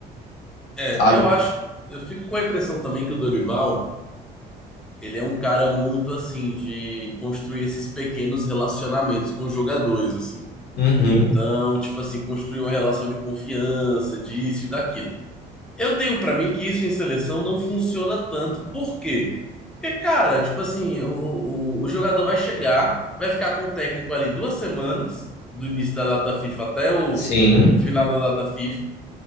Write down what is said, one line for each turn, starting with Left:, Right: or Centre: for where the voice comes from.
Centre: É,
Left: sabe?
Centre: eu acho. Eu fico com a impressão também que o Dorival, ele é um cara muito assim, de construir esses pequenos relacionamentos com os jogadores, assim.
Left: Uhum.
Centre: Então, tipo assim, construir uma relação de confiança, disso e daquilo. Eu tenho pra mim que isso em seleção não funciona tanto. Por quê? Porque, cara, tipo assim, o, o, o jogador vai chegar, vai ficar com o técnico ali duas semanas, do início da data FIFA até o,
Left: Sim,
Centre: o final da data FIFA.